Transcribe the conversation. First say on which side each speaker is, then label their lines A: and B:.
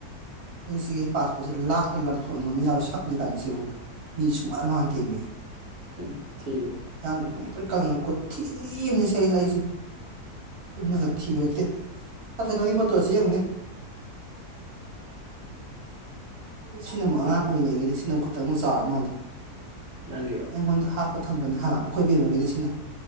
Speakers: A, on the right (about 65°); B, on the right (about 45°).
A: ꯑꯩ ꯁꯤꯒꯤ ꯄꯥꯁꯄꯣꯠꯁꯦ ꯂꯥꯛꯇꯅ ꯂꯪꯊꯣꯛꯅꯤꯡꯕ ꯑꯃꯥ ꯌꯥꯎꯏ ꯁꯛꯅꯤ ꯀꯥꯏꯅꯁꯤꯕꯨ ꯃꯤ ꯁꯨꯃꯥꯟ ꯃꯥꯥꯟꯗꯦꯃꯤ꯫
B: ꯎꯝ ꯊꯤꯕꯩꯅꯤ꯫
A: ꯌꯥꯡ ꯀꯪꯇꯔꯤꯛ ꯀꯪꯉꯥ ꯈꯨꯊꯤ ꯑꯃꯅꯤ ꯁꯦꯗ ꯑꯩꯁꯦ꯫꯫ <unintelligible> ꯊꯤꯕ ꯅꯠꯇꯦ ꯑꯗꯣ ꯅꯪꯒꯤ ꯐꯣꯇꯣꯁꯦ ꯌꯦꯡꯉꯨꯅꯦ ꯁꯤꯅ ꯑꯃꯨꯛ ꯑꯉꯥꯡ ꯑꯣꯏꯔꯤꯉꯩꯒꯤꯅꯤ ꯁꯤꯅ ꯑꯃꯨꯛ ꯈꯤꯇꯪ ꯑꯃꯨꯛ ꯆꯥꯎꯔ ꯃꯥꯜꯂꯤ꯫
B: ꯅꯪꯒꯤꯔꯣ
A: ꯑꯩꯉꯣꯟꯗ ꯍꯥꯄ ꯊꯝꯕꯅꯤ ꯍꯥꯡ ꯑꯩꯈꯣꯏ ꯕꯦꯝꯃꯒꯤꯅꯤꯁꯤꯅ